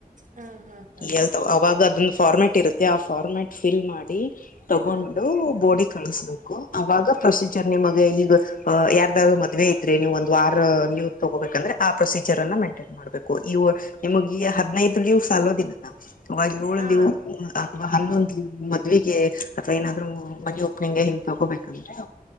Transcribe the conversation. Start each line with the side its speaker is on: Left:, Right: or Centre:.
Right: ಹಾ ಹಾ ಹಾ.
Left: ಹೇಳ್ತಾವ ಅವಾಗ ಅದೊಂದು ಫಾರ್ಮೆಟ್ ಇರುತ್ತೆ ಆ ಫಾರ್ಮೆಟ್ ಫಿಲ್ ಮಾಡಿ. ತಗೊಂಡು ಬೋರ್ಡ್ ಗೆ ಕಳಸ್ಬೇಕು ಅವಾಗ ಪ್ರೊಸೀಜರ್ ನಿಮಗೆ ಈಗ. ಅ ಯಾರ್ದಾರು ಮದ್ವೆ ಇದ್ರೆ ನೀವು ಒಂದು ವಾರ ಲೀವ್ ತಗೋಬೇಕಂದ್ರೆ ಆ ಪ್ರೊಸೀಜರ್ ಅನ್ನ ಮೇಂಟೈನ್ ಮಾಡಬೇಕು. ಮಾಡ್ಬೇಕು ಇವು ನಿಮಗ್ ಈ ಹದ್ನೈದು ಲೀವ್ ಸಾಲೋದೀಲ್ಲಲಾ ಅವಾಗ ಏಳು
Right: ಹಾ
Left: ಲೀವ್. ಅ ಹನ್ನೊಂದ್ ಮದ್ವೆಗೆ ಅಥವಾ ಏನಾದ್ರು ಮನಿ ಓಪನಿಂಗಗೆ ಹಿಂಗ್ ತೊಗೋಬೇಕಂದ್ರೆ.